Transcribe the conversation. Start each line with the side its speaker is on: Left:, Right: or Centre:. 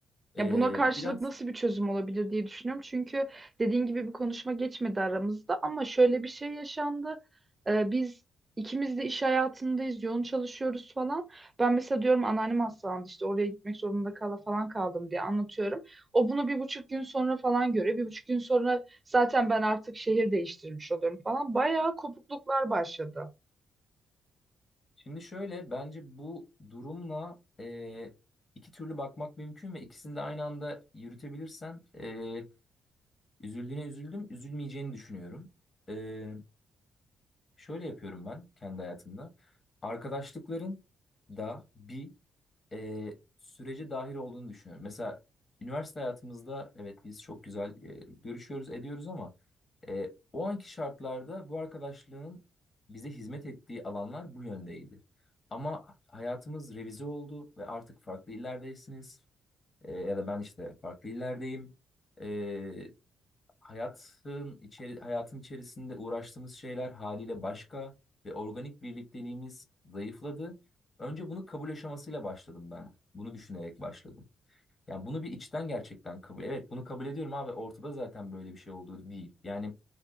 Left: E,
Right: Ya buna karşılık
Left: biraz
Right: nasıl bir çözüm olabilir diye düşünüyorum. Çünkü dediğin gibi bir konuşma geçmedi aramızda ama şöyle bir şey yaşandı. Ee, biz ikimiz de iş hayatındayız, yoğun çalışıyoruz falan. Ben mesela diyorum anneannem hastalandı işte oraya gitmek zorunda kala falan kaldım diye anlatıyorum. O bunu bir buçuk gün sonra falan görüyor. Bir buçuk gün sonra zaten ben artık şehir değiştirmiş oluyorum falan. Bayağı kopukluklar başladı.
Left: şimdi şöyle bence bu durumla e, iki türlü bakmak mümkün ve ikisini de aynı anda yürütebilirsen e, üzüldüğüne üzüldüm üzülmeyeceğini düşünüyorum. E, Şöyle yapıyorum ben kendi hayatımda. Arkadaşlıkların da bir e, sürece dahil olduğunu düşünüyorum. Mesela üniversite hayatımızda evet biz çok güzel e, görüşüyoruz, ediyoruz ama e, o anki şartlarda bu arkadaşlığın bize hizmet ettiği alanlar bu yöndeydi. Ama hayatımız revize oldu ve artık farklı illerdesiniz. E, ya da ben işte farklı illerdeyim. E, hayatın içeri hayatın içerisinde uğraştığımız şeyler haliyle başka ve organik birlikteliğimiz zayıfladı. Önce bunu kabul aşamasıyla başladım ben. Bunu düşünerek başladım. Ya bunu bir içten gerçekten kabul. Evet bunu kabul ediyorum abi. Ortada zaten böyle bir şey olduğu değil. Yani